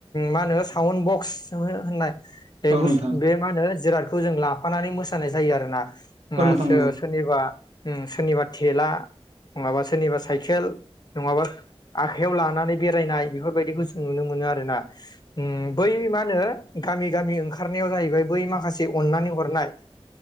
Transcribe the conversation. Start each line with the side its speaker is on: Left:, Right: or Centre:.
Left: मा होनो साउन बक्स होननाय बे
Right: औ
Left: बस
Right: नोंथां औ नोंथां औ नोंथां
Left: बे मा होनो जिराद खौ जों लाफानानै मोसानाय जायो आरोना
Right: औ
Left: नासो
Right: नोंथां
Left: सोरनिबा सोरनिबा थेला नङाबा सोरनिबा साइकेल नङाबा आखायाव लानानै बेरायनाय बेफोरबायदिखौ जों नुनो मोनो आरो ना ओम बै मा होनो गामि गामि ओं खारनायाव जाहैबाय बै माखासे अन्नानै हरनाय